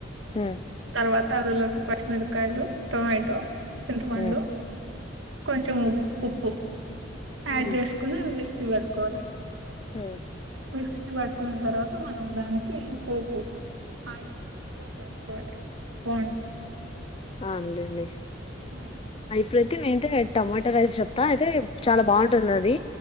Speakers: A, on the left (about 30°); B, on the right (about 80°).
A: హ్మ్!
B: తర్వాత అందులోకి పచ్చిమిరకాయలు, టొమాటో. చింతపండు
A: ఉమ్
B: కొంచెం ఉప్ ఉప్పు.
A: హ్మ్
B: యాడ్ చేసుకుని. మిక్సీ పట్టుకోని.
A: హ్మ్!
B: మిక్స్ పట్టుకున్న తర్వాత మనం దానికి పోపు. అయిల్ పోపు వేయటం. బోంటది.
A: ఆ అంతెండి.
B: హ్మ్!
A: ప్రతి నయితే టమాటా రైస్ చెప్తా అయితే చాలా బావుంటుంది అది.